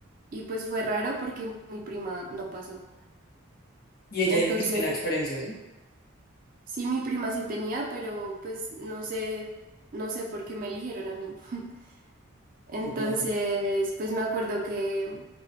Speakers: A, on the right; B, on the left.
A: Y pues fue raro porque mi prima no pasó.
B: Y ella
A: Entonces,
B: dijo que sí tenía experiencia, ¿sí?
A: sí, mi prima sí tenía, pero pues no sé, no sé por qué me eligieron a mí. <laughs> Entonces,
B: Entiendo.
A: pues me acuerdo que